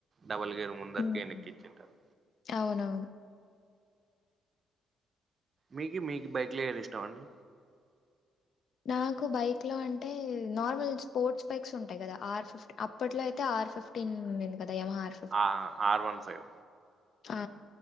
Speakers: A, on the right (about 40°); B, on the left (about 60°).
A: డబల్ గేరు ముందరికి
B: హ్మ్.
A: వెనక్కిచ్చింటారు
B: అవునవును
A: మీకి మీకి బైక్లు ఏది ఇష్టం అండి
B: నాకు బైక్ లో అంటే నార్మల్ స్పోర్ట్స్ బైక్స్ ఉంటాయి కదా ఆర్ ఫిఫ్టీన్ అప్పట్లో అయితే ఆర్ ఫిఫ్టీన్ ఉంది కదా యమహార్
A: ఆ ఆర్ వన్ ఫైవ్
B: ఆ